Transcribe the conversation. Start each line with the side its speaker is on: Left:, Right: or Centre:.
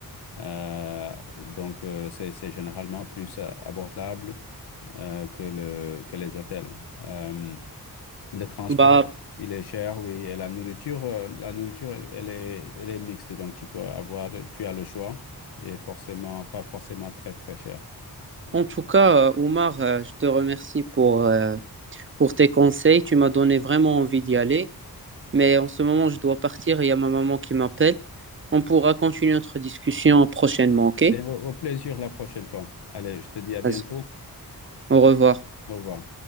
Left: Euh, donc, euh, c'est, c'est généralement plus euh, abordable euh, que le, que les hôtels. Euh, le transport,
Right: Bah,
Left: il est cher, oui, et la nourriture, euh, la nourriture, elle elle est, elle est mixte, donc tu peux avoir, tu as le choix, et forcément, pas forcément très, très cher. Oui.
Right: en tout cas, euh, Oumar, euh, je te remercie pour, euh, pour tes conseils. Tu m'as donné vraiment envie d'y aller. Mais en ce moment, je dois partir. Il y a ma maman qui m'appelle. On pourra continuer notre discussion prochainement, ok?
Left: Et au au plaisir la prochaine fois. Allez, je te dis à bientôt.
Right: Vas-y. Au revoir.
Left: Au revoir.